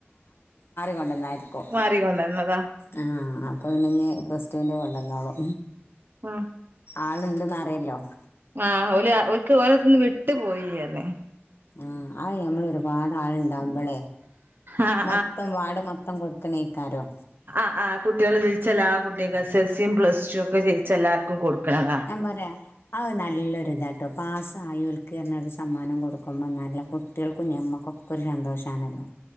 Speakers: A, on the left; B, on the right.
A: കൊണ്ടന്നായി ക്കും
B: മാറിക്കൊണ്ടന്നതാ
A: ആ അപ്പം ഇനി ഞ് പ്ലസ്‌റ്റുൻ്റെ കൊണ്ട ന്നോളും
B: ആഹ്
A: ആള് ണ്ട് ന്ന <unintelligible>
B: ആഹ് ഓല് ഓൽക്ക് ഓലട്ത് ന്ന് വിട്ടു പോയീ <unintelligible> ന്
A: ആ അത് ഞമ്മൾ ഒരുപാട് ആളുണ്ടാവുമ്പളെ
B: ആഹ്
A: മൊത്തം വാർഡ് മൊത്തം കൊടു ണേക്കാരോ
B: അ ആ കുട്ടികൾ ജയിച്ചല്ലോ ആ കുട്ടി <unintelligible> <unintelligible> പ്ലസ് റ്റു ഒക്കെ ജയിച്ച എല്ലാർക്കും കൊടുക്കണതാ
A: ഞാൻ പറയാ അത് നല്ലൊരു ഇതാട്ടോ പാസ് സായോൽക്ക് അർഞ്ഞാണ്ട് ഒരു സമ്മാനം കൊടുക്കുമ്പം നല്ല കുട്ടിയേൾക്കും ഞമ്മൾക്കൊക്കെ ഒരു സന്തോഷാണല്ലോ